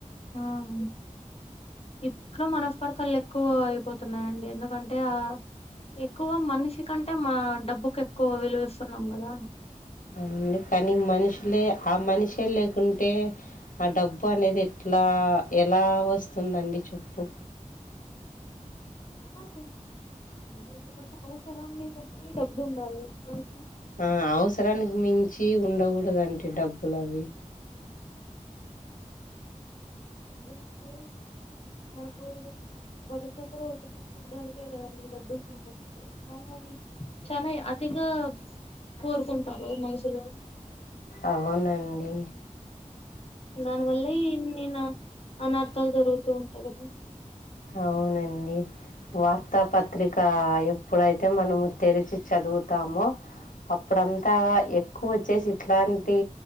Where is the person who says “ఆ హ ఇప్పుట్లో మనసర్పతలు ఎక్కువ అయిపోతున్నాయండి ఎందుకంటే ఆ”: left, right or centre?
Left